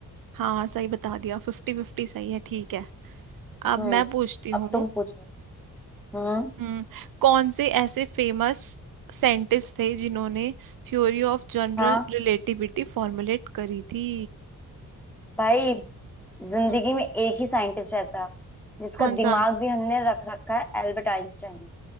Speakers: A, on the right; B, in the centre.
A: हाँ सही बता दिया फिफ्टी फिफ्टी सही है ठीक है अब
B: हम्म
A: मैं पूछती
B: अब
A: हूँ
B: तुम पूछो हम्म
A: हम्म, कौन से ऐसे फेमस साइंटिस्ट थे जिन्होंने theory of general
B: हाँ
A: relativity formulate करी थी
B: भाई जिंदगी
A: हम्म,
B: में एक ही साइंटिस्ट ऐसा जिसका
A: कौन
B: दिमाग
A: सा
B: भी हमने रख रखा है एल्बर्ट आइंस्टाइन